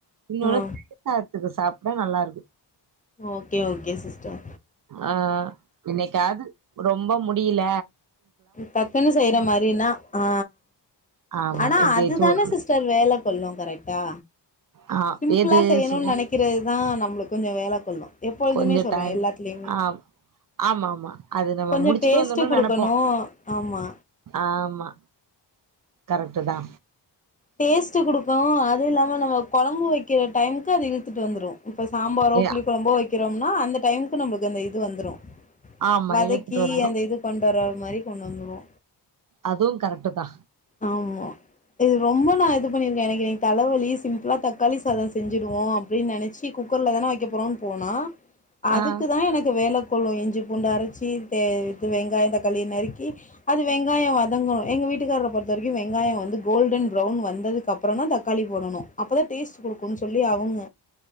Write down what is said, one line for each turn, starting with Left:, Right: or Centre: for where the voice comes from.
Right: இன்னொன்னு
Left: ஆ
Right: <unintelligible> <unintelligible> சாப்பிட நல்லா இருக்கு
Left: ஓகே ஓகே சிஸ்டர்
Right: ஆ என்னைக்காது ரொம்ப முடியில
Left: டக்குன்னு செய்யற மாரின்னா ஆ
Right: ஆமா
Left: ஆனா
Right: இப்டி
Left: அதுதான
Right: வச்சு ஓட்டிட்டு
Left: சிஸ்டர் வேல கொல்லு கரெக்ட்டா
Right: ஆ
Left: சிம்பிளா
Right: எது
Left: செய்யணுனு
Right: சொல்றீங்
Left: நெனைக்கிறது தா நம்மளுக்கு கொஞ்சோ வேல கொள்ளு எப்பொழுதுமே
Right: கொஞ்ச
Left: சொல்றே
Right: டைம்
Left: எல்லாத்திலியுமே
Right: ஆ ஆமா ஆமா அது நம்ம
Left: கொஞ்சோ
Right: முடிச்சுட்டு
Left: டேஸ்ட்
Right: வந்தர்னு
Left: குடுக்குணு
Right: நெனப்போ
Left: ஆமா
Right: ஆமா கரெக்ட் தா
Left: டேஸ்ட்டு குடுக்கு அது இல்லாம நம்ம கொழம்பு வைக்கிற டைமுக்கு அது இழுத்துட்டு வந்துரு இப்ப சாம்பாரோ
Right: ஏ
Left: புளி கொழம்போ வைக்கிறோம்னா அந்த டைமுக்கு நம்மளுக்கு அந்த இது வந்துரு
Right: ஆமா
Left: வதக்கி
Right: இழுத்துட்டு வந்துரு
Left: அந்த இது கொண்டு வர மாரி கொண்டு வந்துருவோ
Right: அதுவு கரெக்ட் தா
Left: ஆமா இது ரொம்ப நா இது பண்ணியிருக்கே எனக்கு இன்னக்கி தலைவலி சிம்பிளா தக்காளி சாதோ செஞ்சுடுவோ அப்டின்னு நெனைச்சி குக்கர்ல தான வைக்க போறோ போனா அதுக்கு
Right: ஆ
Left: தா எனக் கு வேல கொள்ளு இஞ்சி பூண்டு அரைச்சி தே இது வெங்காயோ தக்காளி நறுக்கி அது வெங்காயோ வதங்கு எங்க வீட்டுக்கார்ர பொருத்த வரைக்கு வெங்காயோ வந்து கோல்டன் பௌன் வந்ததுக்கு அப்றோ தா தக்காளி போடணு அப்பதா டேஸ்ட் குடுக்குனு சொ சொல்லி அவங்க